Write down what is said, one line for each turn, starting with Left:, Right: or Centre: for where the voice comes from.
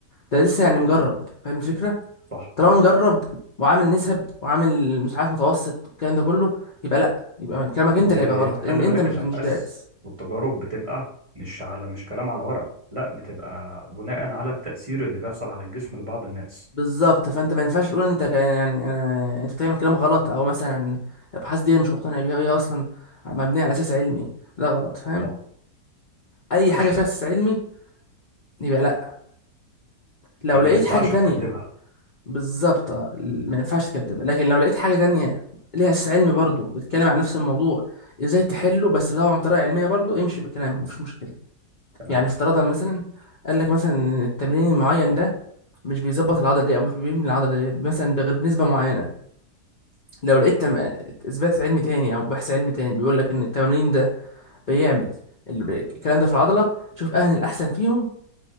Left: ده لسه يعني مجرب فاهم الفكرة
Right: صح
Left: طالما مجرب وعامل نسب وعامل مش عارف متوسط والكلام ده كله يبقى لا يبقى كلامك
Right: وخلي
Left: انت اللي هيبقى غلط لان انت
Right: بالك
Left: مش
Right: الابحاث
Left: مش دارس
Right: والتجارب بتبقى مش على مش كلام على ورق لا بتبقى بناء على التاثير اللي بيحصل على الجسم لبعض الناس
Left: بالظبط فانت ما ينفعش تقول انت كا- يعني انا انت بتعمل كلام غلط او مثلا الابحاث دي مش مقتنع بيها وهي اصلا مبنيه على اساس علمي ده غلط فاهم
Right: صح
Left: اي
Right: ماشي
Left: حاجه فيها اساس علمي يبقى لا لو
Right: يبقى
Left: لقيت
Right: ما ينفعش
Left: حاجه تانية
Right: تكدبها
Left: بالظبط اه، ما ينفعش تكذب لكن لو لقيت حاجه تانية ليها اساس علمي برضه بتتكلم عن نفس الموضوع ازاي تحله بس طبعا بطريقه علميه برضه امشي بكلامه مفيش مشكله
Right: تمام
Left: يعني افتراضا مثلا قال لك مثلا إن التمرين المعين ده مش بيظبط العضله دي او مش بيبني العضله دي مثلا بغير بنسبه معينه لو لقيت تم... اثبات علمي تاني او بحث علمي تاني بيقول لك ان التمرين ده بيعمل ال- الكلام ده في العضله شوف اهل الاحسن فيهم